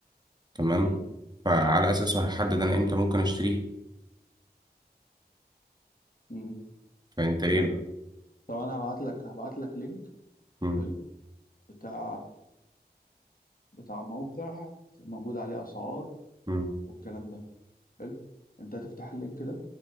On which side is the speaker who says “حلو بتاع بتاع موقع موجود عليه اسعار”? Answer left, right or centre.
Left